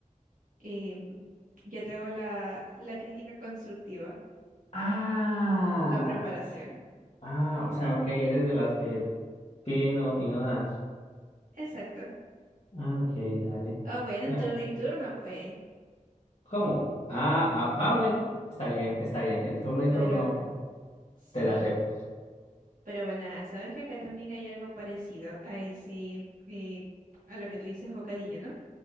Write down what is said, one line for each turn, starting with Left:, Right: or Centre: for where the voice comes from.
Right: Y mm, ya te hago la, la crítica constructiva
Left: Ah,
Right: de la preparación.
Left: ah, o sea, ok, eres de las que pide y no, y no da.
Right: Exacto.
Left: Ah, ok, dale.
Right: Ah, bueno, un
Left: Ah.
Right: turno y turno, pues.
Left: ¿Cómo? Ah, ah, ah, bueno, está bien, está bien. El turno y
Right: Pero
Left: turno
Right: sí.
Left: te la acepto.
Right: Pero bueno, sabes que acá también hay algo parecido a ese, eh, a lo que tú dices bocadillo, ¿no?